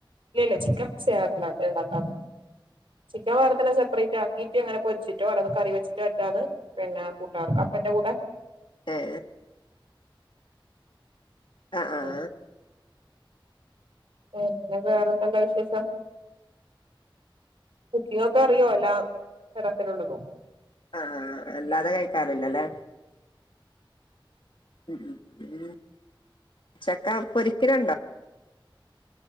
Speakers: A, on the right; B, on the left.
A: ഇല്ല ഇല്ല ചിക്കൻ ഉണ്ടാക്കാറി ചിക്കൻ വേറത്തന്നെ സെപ്പറേറ്റാക്കിട്ട് ഇങ്ങനെ പൊര്ച്ച്ട്ടോ അല്ലെങ്കിൽ കറിവെച്ച് <unintelligible> പിന്നെ കൂട്ടാറുണ്ട് കടപ്പന്റെകൂടെ
B: ഏഹ് ആഹ് ആഹ്
A: ഉം പിന്നെ വേറെന്തല്ലാവിശേഷം? കുക്കിംങ്ങൊക്കെഅറിയോ എല്ലാ തരത്തിലുള്ളതും
B: ആഹ് ആഹ് അല്ലാതെ കഴിക്കാറില്ലല്ലേ? ഉം ഉം ചക്ക പൊരിക്കല്ണ്ടോ?